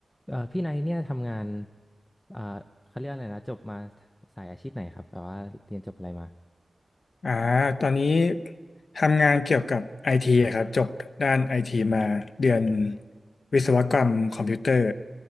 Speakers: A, on the left (about 15°); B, on the left (about 75°).
A: เอ่อพี่ไนท์เนี่ยทำงานเอ่อเขาเรียกอะไรนะจบมาสายอาชีพไหนครับแบบว่าเรียนจบอะไรมา
B: อ่าตอนนี้ทำงานเกี่ยวกับไอทีครับจบด้านไอทีมาเรียนวิศวกรรมคอมพิวเตอร์